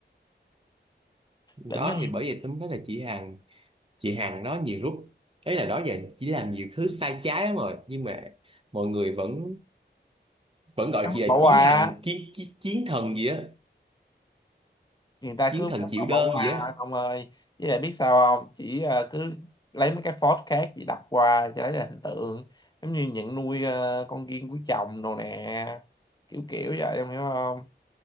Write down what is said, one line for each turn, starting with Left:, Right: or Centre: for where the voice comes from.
Right: đó
Left: đỉnh này
Right: thì bởi vậy tôi mới nói là chị Hằng chị Hằng đó nhiều lúc ấy là đó giờ chỉ làm nhiều thứ sai trái lắm rồi nhưng mà mọi người vẫn vẫn gọi
Left: em mất
Right: chị là
Left: bỏ
Right: chiến
Left: quà
Right: thần chiến chiến, chiến thần gì á
Left: người ta
Right: chiến
Left: cứ
Right: thần chịu
Left: bỏ
Right: đơn
Left: bỏ qua
Right: gì á
Left: ông ơi với lại biết sao không chỉ ờ, cứ lấy mấy cái phốt khác chỉ đập qua cho lấy là hình tượng giống như nhận nuôi ờ, con riêng của chồng đồ nè kiểu kiểu vậy em hiểu không